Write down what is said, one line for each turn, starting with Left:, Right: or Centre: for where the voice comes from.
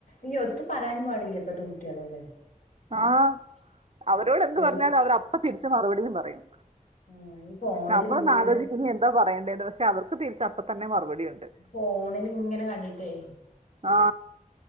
Left: ഈ ഒത്തു പറയാനും പാടില്ലേ ഇപ്പഴത്തെ കുട്ടികളോട്
Right: ആഹ് അവരോടെന്ത്
Left: ഓല്
Right: പറഞ്ഞാലും അവരപ്പ തിരിച്ച് മറുപടിയും പറയും
Left: ഉം ഈ ഫോണിൽ
Right: നമ്മളൊന്ന്
Left: ഇങ്ങനെ
Right: ആലോചിക്കും ഇനി എന്താ പറയണ്ടേന്ന് പക്ഷെ അവർക്ക് തിച്ചപ്പത്തന്നെ മറുപടി ഉണ്ട്
Left: ഫോണിൽ ഇങ്ങനെ കണ്ടിട്ടേ
Right: ആ